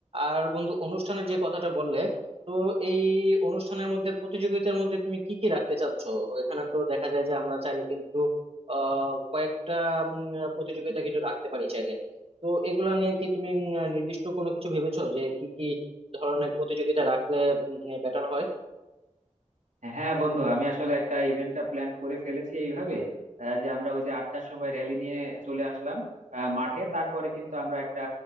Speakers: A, on the right; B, on the right.
A: আর বন্ধু অনুষ্ঠানের যে কথাটা বললে তো এই অনুষ্ঠানের মধ্যে প্রতিযোগিতার মধ্যে তুমি কি কি রাখতে চাচ্ছ এখানে তো দেখা যায় যে আমরা চাইলে কিন্তু আহ কয়েকটা উম, প্রতিযোগিতা কিন্তু রাখতে পারি চাইলে তো এগুলা নিয়ে কি তুমি উম, নির্দিষ্ট কোনো কিছু ভেবেছো যে কি কি ধরনের প্রতিযোগিতা রাখলে বেটার হয়
B: হ্যাঁ বন্ধু আমি আসলে একটা ইভেন্টটা প্ল্যান করে ফেলেছি এইভাবে আহ, যে আমরা ওই যে আটটার সময় র্যালি নিয়ে চলে আসলাম আহ, মাঠে তারপরে কিন্তু আমরা একটা